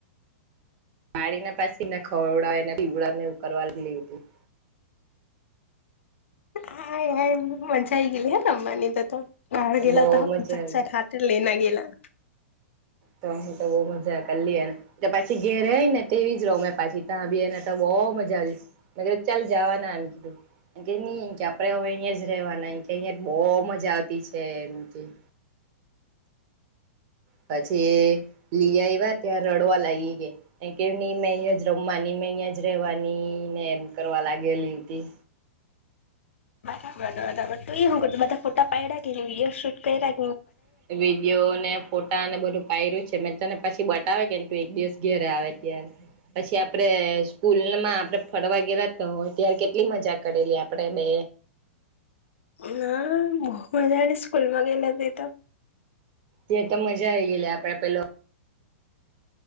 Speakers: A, on the right; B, on the left.
A: માળીને પાછીને ખવડાવને પીવડા ને ઉ કરવાર લાગેલી હુતી
B: હાય હાય મજા આયી ગલી હ રમવાની ત. તો બહાર ગેલા
A: બહુ
B: હોતા હ
A: મજા
B: સા
A: આવી
B: સાઠ હાતે લેને ગેલા
A: તો હું તો બઉ મજા કરીલી એને ત પાછી ઘેરે ર એયને તેવી જ રહ મેં પછી ત્યા બી એને તો બો બહુ મજા આવી મે કિ દુ ચાલ જવાના એમ કીધું કે નઈ કે આપણેે હવે અહિયાંયા જ રેવાના કે અહિયાં બહુ મજા આવતી છે એમ કેય પછી લીઆયવા ત્યાંર રડવા લાયગી ગેય એમ કેય ની મે અયાજ રમવાની અહિયાં જ રેવાની ને એમ કરવા લાગેલી હુતી.
B: <unintelligible> બધા ફોટા પાયડા કેની વિડીયો શૂટ કયરા
A: <unintelligible> ને ફોટાને બધું પાયર્યું છે. મેં તને પછી બતાવે કે તું એક દિવસ ઘેરે આવે ત્યારે. પછી આપડે સ્કૂલમાં આપડે <unintelligible> હોય ત્યારે કેટલી મજા કરેલી આપડે બે
B: ના <unintelligible> મજાની સ્કૂલમાં ગેલા જ તો.
A: ત્યાં તો મજા આવી ગયલી આપડે પેલો.